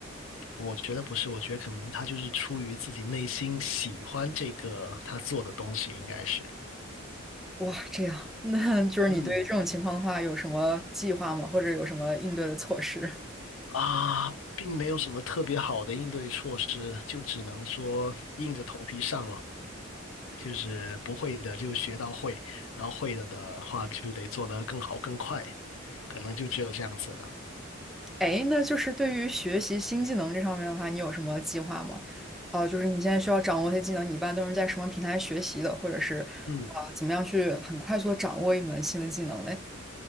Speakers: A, on the left; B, in the centre.
A: 我觉得不是，我觉得可能他就是出于自己内心喜欢这个他做的东西，应该是，
B: 哇，这样，<laughs> 那就是你对于这种情况的话，
A: 嗯。
B: 有什么计划吗？或者有什么应对的措施？
A: 啊，并没有什么特别好的应对措施，就只能说硬着头皮上了。就是不会的就学到会，然后会了的话就得做得更好更快，可能就只有这样子了。
B: 哎，那就是对于学习新技能这上面的话，你有什么计划吗？啊、就是你现在需要掌握一些技能，你一般都是在什么平台学习的，或者是啊、
A: 嗯。
B: 怎么样去很快速的掌握一门新的技能嘞？